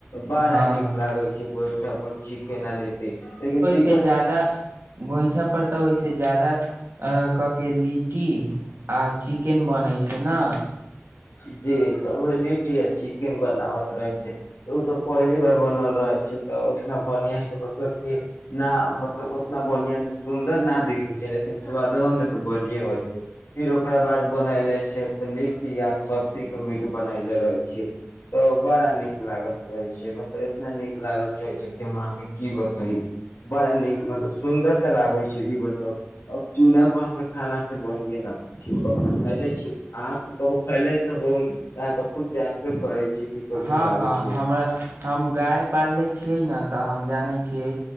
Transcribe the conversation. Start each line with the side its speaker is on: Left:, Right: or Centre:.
Left: बड़ा
Right: हँ
Left: नीक लागे छै गोइठा पर चिकेन आ लिट्टी से लेकिन दिक्कत
Right: से जादा गोइठा पर तऽ ओहिसे ज्यादा कके लिट्टी आ चिकेन बनै छै ना
Left: जी, तऽ ऊहे लिट्टी आ चिकेन बनाबत रहै छै तऽ ऊ तऽ पहिली बार बनल रहै छै तऽ उतना बढ़िआँसे मतलब कि ना मतलब उतना बढ़िआँ से सुन्दर ना दिखै छै लेकिन सु्वदवामें तऽ बढ़िएँ होइ छै फेर ओकरा बाद बनयले छै तऽ लिट्टी या खस्सीके मीट बनयले रहै छियै तऽ बड़ा नीक लागैत रहै छै मतलब एतना नीक लागैत रहै छै कि हम अहाँकें की बतईयई बड़ा नीक मतलब सुन्दर तऽ लागै छै ई बताउ अब चूल्हा पर के खाना तऽ बढ़िए लागै छै। कबु खैले छी अहां अबु खैले त होब अहाॅं त खुद जानबे करै छी। कि कैसन
Right: हँ
Left: लागै
Right: हँ
Left: छै
Right: हमरा हम गाय पालले छी छियै ने तऽ हम जानै छियै